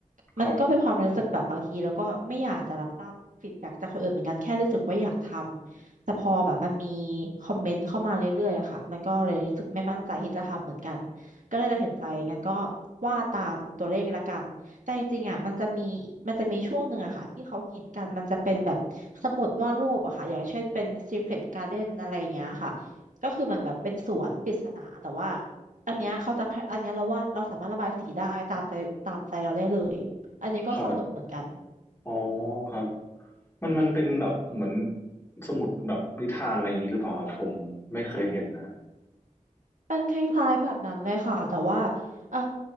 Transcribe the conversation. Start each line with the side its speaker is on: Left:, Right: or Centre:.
Right: มันก็เป็นความรู้สึกแบบบางทีแล้วก็ไม่อยากจะรับทราบฟีดแบ็กจากคนอื่นเหมือนกันแค่รู้สึกว่าอยากทำแต่พอแบบมันมี
Left: ครับ
Right: คอมเมนต์เข้ามาเรื่อยๆอะค่ะมันก็เลยรู้สึกไม่มั่นใจที่จะทำเหมือนกันก็เลยตัดสินใจกันก็ว่าตามตัวเลขละกัน แต่จริงๆอ่ะมันจะมีมันจะมีช่วงหนึ่งอะค่ะที่เขาฮิตกันมันจะเป็นแบบสมุดวาดรูปอะค่ะอย่างเช่นเป็น Secret Garden อะไรอย่างเงี้ยค่ะก็คือเหมือนแบบเป็นสวนปริศนาแต่ว่าอันเนี้ยเขาจะให้อันเนี้ยเราวาดเราสามารถระบายสีได้ตามใจตามใจเราได้เลยอันนี้ก็สนุกเหมือนกัน
Left: ครับ อ๋อครับมันมันเป็นแบบเหมือนสมุดแบบนิทานอะไรอย่างนี้หรือเปล่าครับผมไม่เคยเห็นนะ
Right: เป็นคล้ายๆแบบนั้นเลยค่ะแต่ว่าเอ่อ